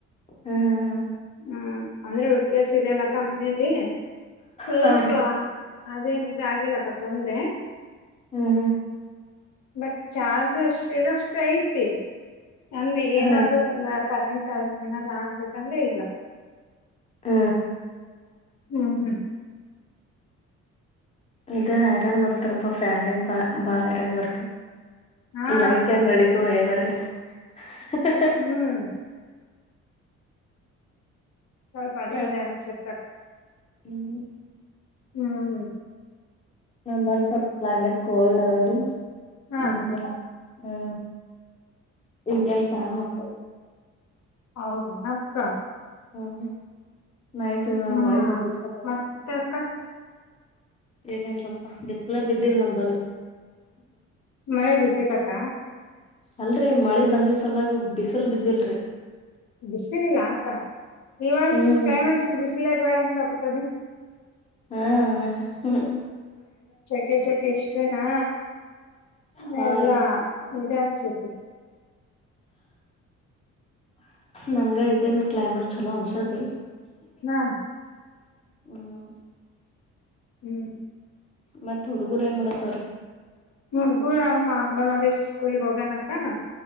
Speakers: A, on the left (about 20°); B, on the left (about 65°).
A: ಹ್ಮ್ ಹ್ಮ ಹ್ಮ
B: ಹ್ಮ್ ಅಂದ್ರೆ ಯು ಪಿ ಏಸ್ ಇದೆಯಲ್ಲ ಕಂಪ್ನಿಯಲ್ಲಿ ಸ್ವಲ್ಪ
A: ಹಾ ರೀ
B: ಅದೇನ್ ಇದ್ ಆಗಿಲ್ಲ. ತಂದ್ರೆ
A: ಹ್ಮ್ ಹ್ಮ್
B: ಬ ಚಾರ್ಜ್ <unintelligible> ಐತೆ ಅಂದ್ರೆ
A: ಹಾ
B: ಏನಾದ್ರು ಎಲ್ಲ ಕರೆಂಟ್ ದಾಗ್ ಏನಾದ್ರು ಹಾಕ್ಬೇಕಂದ್ರೆ ಇಲ್ಲ.
A: ಆ
B: ಹ್ಮ್ ಹ್
A: ಇದೇ ಹೈರಾಣ್ ಬರ್ತಾರಪ್ಪ ಫ್ಯಾನ್ ಏನ್ ಬ ಬಾಳ ಹೈರಾಣ್ ಬರ್ತ.
B: ಹಾ
A: ಲೈಟ್
B: ಅಕ್ಕ
A: ಏನ್ ನಡೀತು ಏನಾರೆ <unintelligible> ಹಃ ಹಃ ಹ.
B: ಹ್ಮ್ ಸ್ವಲ್ಪ ಅದೇ
A: ಹಾ
B: ಇದೆ ಅನ್ಸುತಕ.
A: ಹ್ಮ್
B: ಹ್ಮ್
A: ನಂಬಲ್ ಸ್ವಲ್ಪ ಕ್ಲೈಮೇಟ್ ಕೋಲ್ಡ್ ಅದ ರೀ.
B: ಹಾ
A: ನಮ್ಗೆ ಹ್ಮ ಇಗೆಲ್ ಫ್ಯಾನ್ ಹಾಕಲ.
B: ಹೌದೇನ ಅಕ್ಕ.
A: ಹ್ಮ ನೈಟ್ ಎಲ್ಲ
B: ಹ್ಮ್
A: ಮಳೆ ಬಂದಿದ್ ಸಲ.
B: ಮತ್ತೆ ಅಕ್ಕ
A: ಏನು ಇಲ್ಲ ನೋಡಪಾ ಬಿಸಿಲ ಬಿದ್ದಿಲ್ ನಂಬಲ್ಲಿ.
B: ಮಳೆ ಬಿದ್ದಿಲ್ಲಕ್ಕ
A: ಅಲ್ರಿ ಮಳಿ ಬಂದಿದ್ದ ಸಲವಾಗಿ ಬಿಸ ಬಿಸಿಲ್ ಬಿದ್ದಿಲ್ರಿ.
B: ಬಿಸಲ್ ಇಲ್ಲಾ ಅಕ್ಕಾ. ಇವಾಗ
A: ಹ್ಮ್
B: ಕ್ಲೈಮೆಟ್ಸ್ <unintelligible> ಬಿಸಲೇ ಬೇಡಾ ಅಂತಾ <unintelligible>
A: ಹಾ ಹಾ.
B: ಕೇ ಶಖೆ ಇಷ್ಟೇನಾ.
A: ಹಾ
B: ಎ ಇಲ್ಲಾ.
A: ರೀ
B: ಇದ್ಯಾವ್ ಶೇಖೆ.
A: ನಂಗ ಇದೇನ್ ಕ್ಲೈಮೇಟ್ ಚಲೋ ಅನ್ಸದ್ರಿ.
B: ಹಾ
A: ಹ್ಮ್
B: ಹ್ಮ್
A: ಮತ್ತ್ ಹುಡುಗುರ್ ಏನ್ ಮಾಡಾತ್ತಾವ್ರೀ.
B: ಹುಡಗುರ ಅವನ ಹಂಗ ಅಂಗನವಾಡಿ ಸ್ಕೂಲ್ಗೆ ಹೋಗ್ಯಾನ ಅಕ್ಕಾ.